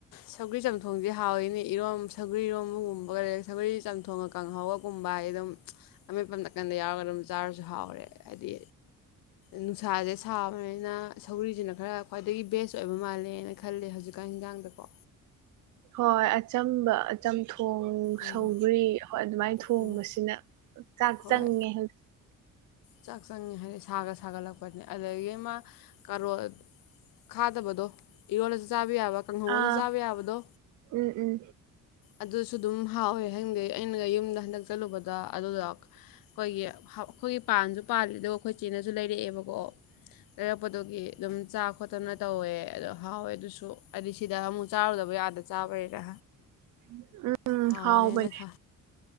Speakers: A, on the left; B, on the right.
A: ꯁꯧꯒꯔꯤ ꯆꯝꯊꯣꯡꯁꯦ ꯍꯥꯎꯏꯅꯦ ꯏꯔꯣꯝ ꯁꯧꯒꯔꯤ ꯏꯔꯣꯝꯒꯨꯝꯕꯒ ꯂꯩꯔ ꯁꯧꯒꯔꯤ ꯆꯝꯊꯣꯡ ꯀꯥꯡꯍꯧꯕꯒꯨꯝꯕ ꯑꯩ ꯑꯗꯨꯝ ꯑꯃꯦꯠꯄ ꯅꯥꯀꯟꯗ ꯌꯥꯎꯔꯒ ꯑꯗꯨꯝ ꯆꯥꯔꯁꯨ ꯍꯥꯎꯈꯔꯦ ꯍꯥꯏꯗꯤ ꯅꯨꯡꯁꯥꯁꯦ ꯁꯥꯕꯅꯤꯅ ꯁꯧꯒꯔꯤꯁꯤꯅ ꯈꯔ ꯈ꯭ꯋꯥꯏꯗꯒꯤ ꯕꯦꯁ ꯑꯣꯏꯕ ꯃꯥꯜꯂꯦꯅ ꯈꯜꯂꯦ ꯍꯧꯖꯤꯛꯀꯥꯟ ꯍꯤꯟꯖꯥꯡꯗꯀꯣ
B: ꯍꯣꯏ ꯑꯆꯝꯕ ꯑꯆꯝ ꯊꯣꯡ
A: ꯑꯥ
B: ꯁꯧꯒ꯭ꯔꯤ ꯍꯣꯏ ꯑꯗꯨꯃꯥꯏ ꯊꯣꯡꯕꯁꯤꯅ
A: ꯎꯝ
B: ꯆꯥꯛ
A: ꯍꯣꯏ
B: ꯆꯪꯉꯦ ꯍꯧ
A: ꯆꯥꯛ ꯆꯪꯉꯤ ꯍꯥꯏꯗꯤ ꯁꯥꯒ ꯁꯥꯒꯠꯂꯛꯄꯅꯤ ꯑꯗꯨꯗꯒꯤ ꯃꯥ ꯀꯔꯣꯠ ꯈꯥꯗꯕꯗꯣ ꯏꯔꯣꯜꯂꯁꯨ ꯆꯥꯕ ꯌꯥꯕ ꯀꯥꯡꯍꯧꯁꯨ
B: ꯑꯥ
A: ꯆꯥꯕ ꯌꯥꯕꯗꯣ
B: ꯎꯝ ꯎꯝ
A: ꯑꯗꯨꯁꯨ ꯑꯗꯨꯝ ꯍꯥꯎꯋꯦ ꯈꯪꯗꯦ ꯑꯩꯅꯒ ꯌꯨꯝꯗ ꯍꯟꯗꯛ ꯆꯠꯂꯨꯕꯗ ꯑꯗꯨꯗꯣ ꯑꯩꯈꯣꯏꯒꯤ ꯑꯩꯈꯣꯏꯒꯤ ꯄꯥꯟꯁꯨ ꯄꯥꯜꯂꯤ ꯑꯗꯨꯒ ꯑꯩꯈꯣꯏ ꯆꯦꯅꯁꯨ ꯂꯩꯔꯛꯑꯦꯕꯀꯣ ꯂꯩꯔꯛꯄꯗꯨꯒꯤ ꯑꯗꯨꯝ ꯆꯥ ꯈꯣꯠꯇꯅ ꯇꯧꯋꯦ ꯑꯗꯣ ꯍꯥꯎꯋꯦ ꯑꯗꯨꯁꯨ ꯍꯥꯏꯗꯤ ꯁꯤꯗ ꯑꯃꯨꯛ ꯆꯥꯔꯨꯗꯕ ꯑꯥꯗ ꯆꯥꯕꯩꯔ
B: <inaudible> ꯎꯝ ꯎꯝ
A: ꯍꯥꯎꯋꯦꯅ
B: ꯍꯥꯎꯕꯅꯦ
A: <unintelligible>